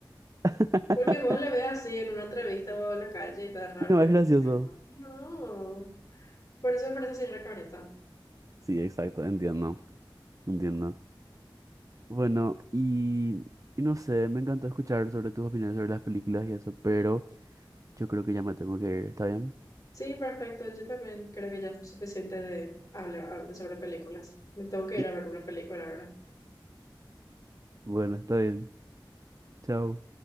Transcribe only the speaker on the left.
Porque vos le ves así en una entrevista o en la calle y te da raro
gente.
No. Por eso me parece así re careta.
Sí, perfecto. Yo también creo que ya es suficiente de hablar ah, de sobre películas. Me tengo que ir
a ver una película ahora.